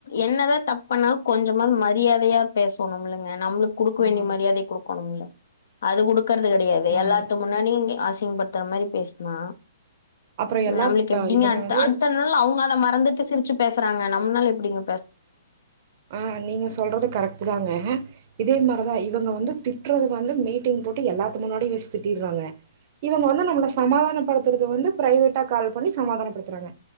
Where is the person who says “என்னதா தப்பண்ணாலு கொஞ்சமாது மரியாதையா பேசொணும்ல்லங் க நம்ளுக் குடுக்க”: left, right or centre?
Left